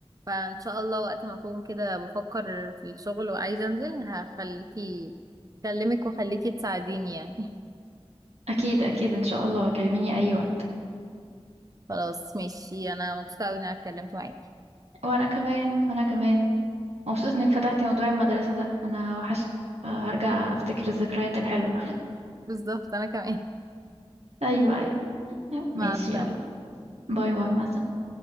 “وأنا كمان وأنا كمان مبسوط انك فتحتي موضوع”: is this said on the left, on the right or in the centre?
Right